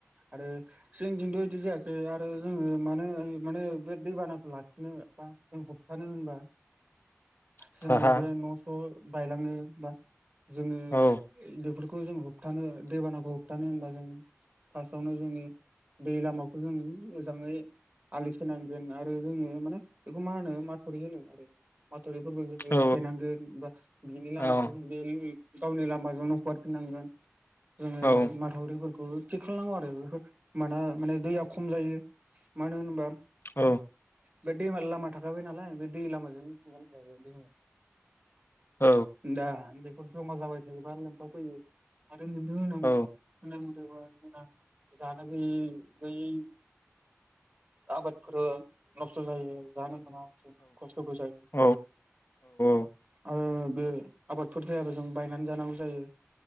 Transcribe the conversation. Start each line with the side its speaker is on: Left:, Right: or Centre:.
Right: आरो जोंनिथिंथ' इदि जायाखै आरो जोङो मानोे माने बे दैबानाखौ लाखियो। नो बा जों होबथानो होनबा
Left: <inaudible>
Right: जोङो
Left: हा हा
Right: बे न' स' बायलाङो बा जोङो
Left: औ
Right: बेफोर खौ जों होबथानो दैबानाखौ होबथानो होनबा जों फास्टावनो जोङो दै लामाखौ जों मोजाङै आलि खोनांगोन आरो जोङो माने बेखौ मा होनो माथावरि होनो आरोथ रिफोरखौ जोङो
Left: औ
Right: थेनांगोन बा बिनि लामाखौ
Left: औ औ
Right: जों बेलि गावनि लामाजोंनो हगारफिननांगोन जोङो
Left: औ
Right: माथावरिफोरख थिग खालामनांगौ आरो बेफोर माना माने दैया खम जायो मानो होनबा
Left: औ
Right: बे दैमा लामा थाखाबाय नालाय बे दै लामाजों थांगोन आरो दैमाया
Left: औ
Right: दा बेफोर जमा जाबाय थायोबा लोमसाव फैयो। आरो <unintelligible> जेब्ला
Left: औ
Right: जोंना जानो गैयै गैयै। आबादफोरबो नस्थ' जायो। जानो मा खस्थ'खौ जायो।
Left: औ औ
Right: ओ बे आबादफोर जायाबा जों बायनानै जानांगौ जायो